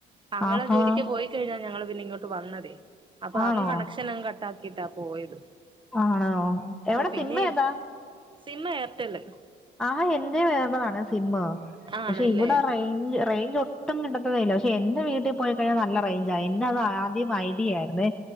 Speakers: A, on the right; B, in the centre.
A: താങ്ങളെ
B: ആഹാ
A: ജോലിക്ക് പോയിക്കഴിഞ്ഞാൽ ഞങ്ങള്ൾ പിന്നെ ഇങ്ങോട്ട് വന്നതേ അപ്പൊ
B: ആണോ
A: അവൻ കണക്ഷനും കട്ട ആക്കിട്ടാ പോയത്
B: ആണോ എവിടെ
A: ആ പിന്നെ
B: സിനമ ഏതാ
A: സിം എയർടെല്
B: ആഹാ എൻന്റെ മേമ്പലാണ് സിമ്മ
A: ആണല്ലേ
B: പക്ഷെ ഇവിടെ റേഞ്ച് റേഞ്ച് ഒ ഒട്ടും കിട്ടതല്ല പക്ഷെ എന്റെ വീട്ടിൽ പോയി കഴിഞ്ഞാ നല്ല റേഞ്ച് ആ പിന്നെ അത് ആദ്യം ഐഡിയ ആയിരു ന്ന